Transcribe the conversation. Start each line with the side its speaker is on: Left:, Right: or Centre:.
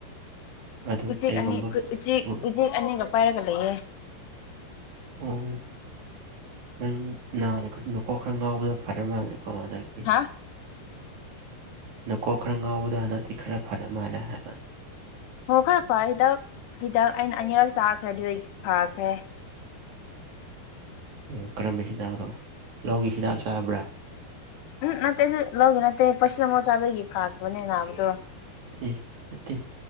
Right: ꯑꯗꯨ
Left: ꯎꯆꯦꯛ
Right: ꯀꯩꯒꯨꯝꯕ
Left: ꯑꯅꯤ ꯎꯆꯦꯛ
Right: ꯑꯣ
Left: ꯎꯆꯦꯛ ꯑꯅꯤꯒ ꯄꯥꯏꯔꯒ ꯂꯩꯌꯦ
Right: ꯎꯝ ꯎꯝ ꯅꯥꯔꯦ ꯀꯟꯅ ꯀꯣꯛ ꯈꯔ ꯉꯥꯎꯕ ꯐꯔ ꯃꯥꯜꯂꯦ ꯑꯣ ꯅꯪꯒꯤ
Left: ꯍꯥ
Right: ꯅꯀꯣꯛ ꯈꯔ ꯉꯥꯎꯕꯗ ꯍꯟꯗꯛꯇꯤ ꯈꯔ ꯐꯔ ꯃꯥꯜꯂꯦ ꯍꯥꯏꯕ
Left: ꯍꯣ ꯈꯔ ꯐꯔꯦ ꯍꯤꯗꯛ ꯍꯤꯗꯛ ꯑꯩꯅ ꯑꯅꯤꯔꯛ ꯆꯥꯈ꯭ꯔꯦ ꯑꯗꯨꯗꯒꯤ ꯐꯥꯈ꯭ꯔꯦ
Right: ꯎꯝ ꯀꯔꯝꯕ ꯍꯤꯗꯥꯛꯔꯣ ꯂꯧꯒꯤ ꯍꯤꯗꯥꯛ ꯆꯥꯕ꯭ꯔꯥ
Left: ꯎꯝ ꯅꯠꯇꯦ ꯑꯗꯨ ꯂꯧꯒꯤ ꯅꯠꯇꯦ ꯄꯔꯁꯤꯇꯥꯃꯣꯟ ꯆꯥꯕꯗꯒꯤ ꯐꯔꯛꯄꯅꯦ ꯑꯅꯥꯕꯗꯣ
Right: ꯑꯦ ꯅꯠꯇꯦ